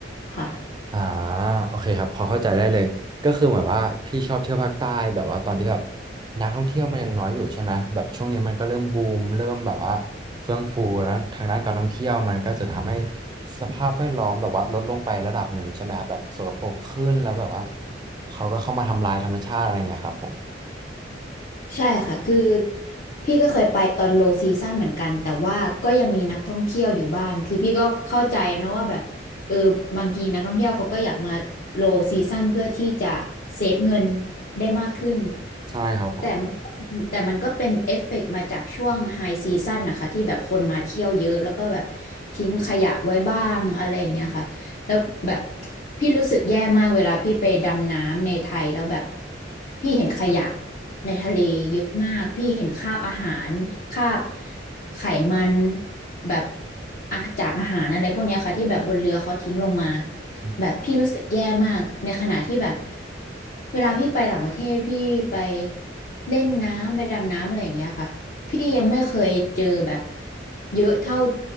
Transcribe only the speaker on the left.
ค่ะ
ใช่ค่ะ คือพี่ก็เคยไปตอนโลซีซั่นเหมือนกัน แต่ว่าก็ยังมีนักท่องเที่ยวอยู่บ้าง คือพี่ก็เข้าใจนะว่าแบบเออบางทีนักท่องเที่ยวเขาก็อยากมาโลซีซั่นเพื่อที่จะเซฟเงินได้มากขึ้น
แต่มันแต่มันก็เป็นเอฟเฟกต์มาจากช่วงไฮซีซั่นนะคะที่แบบคนมาเที่ยวเยอะแล้วก็แบบทิ้งขยะไว้บ้างอะไรอย่างเงี้ยค่ะ แล้วแบบพี่รู้สึกแย่มากเวลาพี่ไปดำน้ำในไทยแล้วแบบพี่เห็นขยะในทะเลเยอะมากพี่เห็นคราบอาหารคราบไขมันแบบอ่ะจากอาหารอะไรพวกเนี้ยค่ะที่แบบบนเรือเขาทิ้งลงมา
แบบพี่รู้สึกแย่มากในขณะที่แบบเวลาพี่ไปต่างประเทศพี่ไปเล่นน้ำไปดำน้ำอะไรอย่างเงี้ยค่ะพี่ยังไม่เคยเจอแบบเยอะเท่า